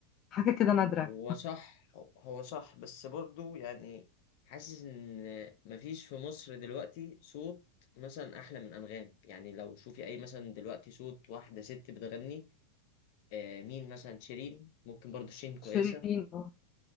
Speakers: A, on the left (about 40°); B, on the left (about 60°).
A: حاجة كده نادرة
B: هو صح هو هو صح بس برضو يعني حاسس إن مفيش في مصر دلوقتي صوت مثلا أحلى من أنغام يعني لو شوفي أي مثلا دلوقتي صوت واحدة ست بتغني آه، مين مثلا شيرين ممكن برضو شيرين كويسة
A: شيرين اه